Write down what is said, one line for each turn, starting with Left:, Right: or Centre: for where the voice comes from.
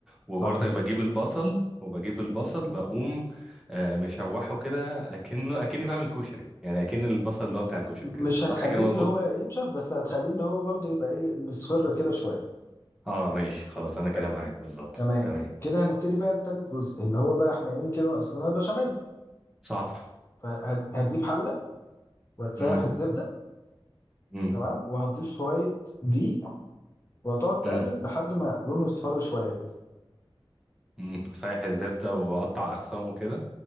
Centre: وبرضك
Left: صح كده
Centre: بجيب البصل وبجيب البصل بقوم آه، مشوحه كده اكنه اكني بعمل كشري يعني اكن البصل اللي هو بتاع الكشري
Left: م-
Centre: كده
Left: مش
Centre: صح
Left: هتخليه
Centre: كده مظبوط
Left: اللي هو ينشف بس هتخليه اللي هو برضه يبقى ايه مصفر كده شويه
Centre: اه ماشي خلاص انا كده
Left: حلو
Centre: معاك بالظبط
Left: تمام
Centre: تمام
Left: كده هنبتدي بقى تالت جزء اللي هو بقى احنا ايه كده ناقصنا البشاميل
Centre: صح
Left: فهتجيب حله وهتسيح
Centre: امم
Left: الزبده
Centre: امم
Left: تمام وهتضيف شويه دقيق وهتقعد تقلب
Centre: امم
Left: لحد ما لونه يصفر شويه كده
Centre: امم صحيح الزبده واقطع اخصامه كده